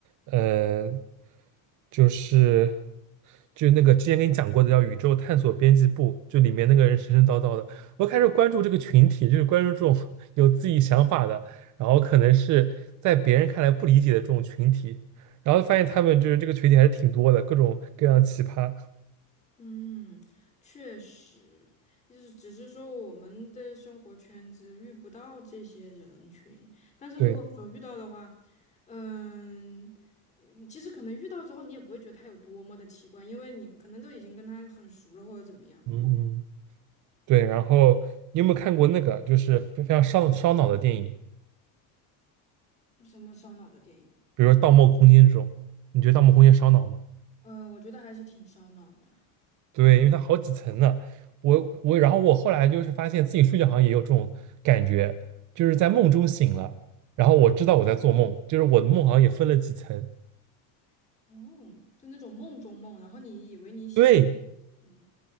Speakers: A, on the right (about 45°); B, on the left (about 15°).
A: 呃，就是就那个之前跟你讲过的叫《宇宙探索编辑部》，就里面那个人神神叨叨的，我开始关注这个群体，就是关注这种 <laughs> 有自己想法的，然后可能是在别人看来不理解的这种群体，然后发现他们就是这个群体还是挺多的，各种各样奇葩，
B: 嗯，确实，就是只是说我们的生活圈子遇不到这些人群，但是如果说遇到的话，
A: 对，
B: 嗯嗯其实可能遇到之后你也不会觉得他有多么的奇怪，因为你可能都已经跟他很熟了或者怎么样。
A: 嗯嗯。对，然后你有没有看过那个就是非非常烧烧脑的电影，
B: 什么烧脑的电影？
A: 比如说《盗梦空间》这种？你觉得《盗梦空间》烧脑吗？
B: 呃，我觉得还是挺烧脑的。
A: 对，因为它好几层呢。我我，然后我后来就是发现自己睡觉好像也有这种感觉，就是在梦中醒了，然后我知道我在做梦，就是我的梦好像也分了几层。
B: 哦，就那种梦中梦，然后你以为你醒了。
A: 对，
B: 嗯，